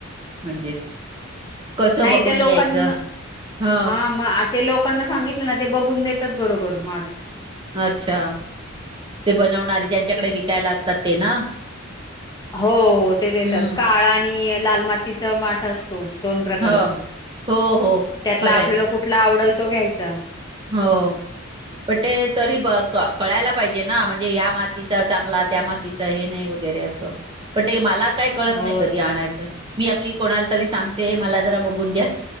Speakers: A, on the right; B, on the left.
A: म्हणजे. कसं
B: नाही
A: बघून
B: त्या लोकांना
A: घ्यायचं ह
B: हा मग ते लोकांना सांगितलं ना ते बघून देत बरोबर माठ
A: अच्छा ते बनवणारे ज्यांच्याकडे विकायला असतात ते ना,
B: हो हो ते
A: हम्म
B: देतात काळा आणि लालमातीचं माठ असं दोन प्रकारचे
A: ह हो हो
B: त्यातला
A: खरंय
B: आपल्याला कुठला आवडल तो घ्यायचा.
A: हो प ते तरी का कळायला पाहिजे ना म्हणजे ह्या मातीचा चांगला त्या मातीचा हे नाही वगैरे असं पण ते मला काही कळत
B: हो
A: नाही कधी आणायचं मी आपली कोणाला तरी सांगते मला जरा बघून द्या